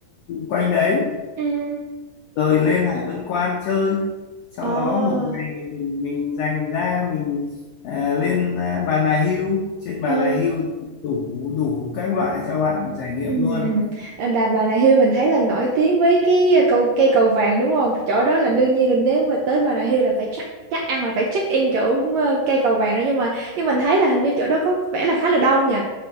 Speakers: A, on the left; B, on the right.
A: quanh đấy
B: ừ.
A: rồi lên Hải Vân Quan chơi sau
B: Ồ,
A: đó một ngày mình mình dành ra mình à, lên à, Bà Nà Hưu trên Bà
B: ờ,
A: Nà Hưu đủ đủ các loại cho bạn trải nghiệm
B: ừ,
A: luôn
B: ừ. Ờ, Đà Bà Nà Hills mình thấy là nổi tiếng với cái ờ, cầu cây cầu vàng đúng không? Chỗ đó là đương nhiên là nếu mà tới Bà Nà Hills là phải chắc chắc ăn là phải check in chỗ ờ, cây cầu vàng đó nhưng mà nhưng mình thấy là hình như chỗ đó có vẻ là khá là đông nhỉ?